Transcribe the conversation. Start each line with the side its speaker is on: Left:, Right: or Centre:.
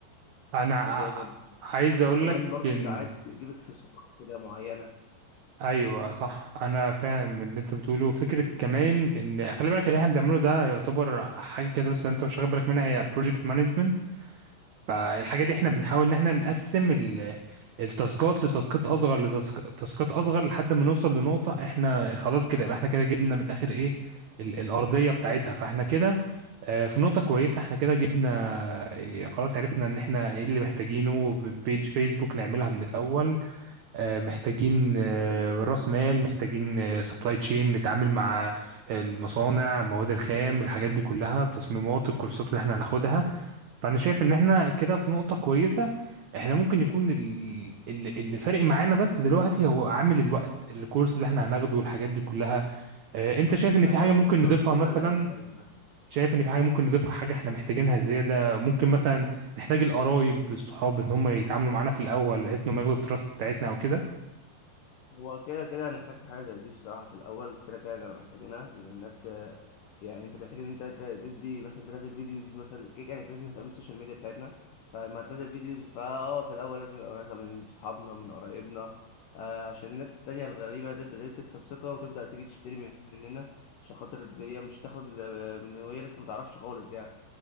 Right: انا ع-
Left: برضه جامد
Right: عايز
Left: وكمان
Right: اقول لك
Left: برضه
Right: ان
Left: أنت عايز تجيب إكسسوارات كده معينة
Right: ايوه صح انا فاهم اللي انت بتقوله فكره كمان ان خلي بالك اللي احنا بنعمله ده يعتبر حاجه كده بس انت مش واخد بالك منها هي بروجكت مانجمنت فالحاجه دي احنا بنحاول ان احنا نقسم ال- التاسكات لتاسكات اصغر لتاسكات اصغر لحد ما نوصل لنقطه احنا خلاص كده يبقى احنا كده جبنا من الاخر ايه ال- الارضيه بتاعتها فاحنا كده آه، في نقطه كويسه احنا كده جبنا آه، خلاص عرفنا ان احنا ايه اللي محتاجينه بيج فيسبوك نعملها من الاول آه، محتاجين آه، راس مال محتاجين سبلاي تشين نتعامل مع آه، المصانع مواد الخام الحاجات دي كلها التصميمات الكورسات اللي احنا هناخدها فانا شايف ان احنا كده في نقطة كويسة احنا ممكن يكون ال- ال- اللي فارق معانا بس دلوقتي هو عامل الوقت الكورس اللي احنا هناخده والحاجات دي كلها آه، انت شايف ان في
Left: أيوه
Right: حاجة ممكن
Left: بالظبط
Right: نضيفها
Left: ده
Right: مثلا
Left: اللي هيبقى فارق معانا
Right: شايف ان في حاجة ممكن نضيفها حاجة احنا محتاجينها زيادة ممكن مثلا نحتاج القرايب الصحاب ان هم يتعاملوا معانا في الاول بحيث انهم ياخدوا التراست بتاعتنا او كده
Left: هو كده كده هنحتاج حاجة زي دي بصراحة في الأول كده كده هنبقى محتاجينها إن الناس آه، يعني أنت تحتاج إن أنت ت- تدي مثلا تنزل فيديوز مثلا كده كده أنت لازم تهتم بالسوشيال ميديا بتاعتنا فلما هتنزل فيديوز فا أه في الأول لازم يبقى مثلا من صحابنا من قرايبنا آه، عشان الناس التانية الغريبة تبدأ إيه تكسب ثقة وتبدأ تيجي تشتري من- مننا عشان خاطر إن هي مش تاخد ال- وهي لسه متعرفش خالص يعني